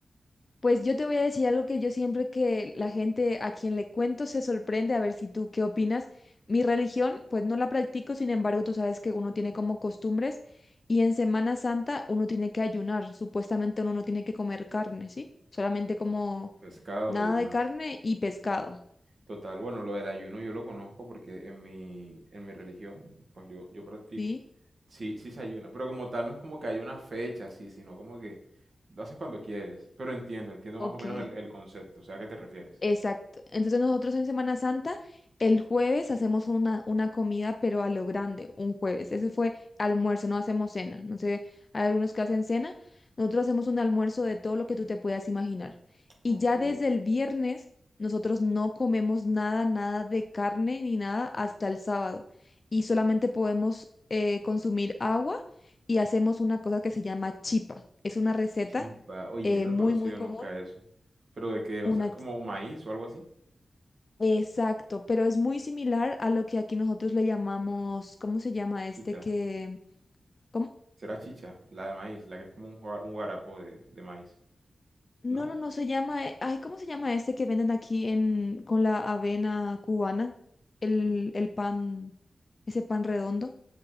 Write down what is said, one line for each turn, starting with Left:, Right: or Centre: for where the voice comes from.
Left: Pues yo te voy a decir algo que yo siempre que la gente a quien le cuento se sorprende, a ver si tú qué opinas. Mi religión, pues no la practico, sin embargo, tú sabes que uno tiene como costumbres y en Semana Santa uno tiene que ayunar, supuestamente uno no tiene que comer carne, ¿sí? Solamente como
Right: Pescado
Left: nada
Right: y demás.
Left: de carne y pescado,
Right: Total, bueno, lo del ayuno yo lo conozco porque en mi, en mi religión, pues yo, yo practico,
Left: ¿sí?
Right: sí, sí se ayuna, pero como tal no es como que hay una fecha así, sino como que lo haces cuando quieres, pero entiendo, entiendo
Left: Ok.
Right: más o menos el, el concepto, o sea, ¿a qué te refieres?
Left: Exacto. Entonces nosotros en Semana Santa, el jueves hacemos una, una comida, pero a lo grande, un jueves. Ese fue almuerzo, no hacemos cena. No sé, hay algunos que hacen cena. Nosotros hacemos un almuerzo de todo lo que tú te puedas imaginar. Y
Right: Ok,
Left: ya desde el viernes, nosotros no comemos nada, nada de carne ni nada hasta el sábado. Y solamente podemos eh, consumir agua y hacemos una cosa que se llama chipa. Es una receta
Right: chipa, oye,
Left: eh,
Right: yo no
Left: muy,
Right: he conocido
Left: muy común.
Right: nunca eso, pero ¿de qué? O
Left: una
Right: sea, ¿es como maíz o algo así?
Left: Exacto, pero es muy similar a lo que aquí nosotros le llamamos, ¿cómo se llama este
Right: Chicha.
Left: que, ¿cómo?
Right: Será chicha, la de maíz, la que es como un, gua- un guarapo de, de maíz.
Left: No,
Right: ¿No?
Left: no, no se llama, eh, ay, ¿cómo se llama este que venden aquí en con la avena cubana? El,
Right: Sí.
Left: el pan, ese pan redondo,